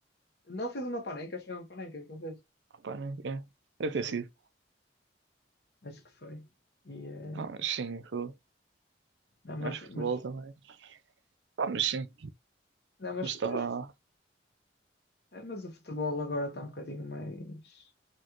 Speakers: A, on the left; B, on the right.
A: Não fez uma panenca, acho que foi uma panenca que ele fez.
B: Pá, né é, deve
A: Acho
B: ter
A: que
B: sido.
A: foi. Acho que foi. E, eh,
B: Pá, mas sim, fu-
A: não, mas,
B: acho que futebol
A: mas,
B: também. Pá, mas sim,
A: não, mas,
B: mas está.
A: mas, é, mas o futebol agora está um bocadinho mais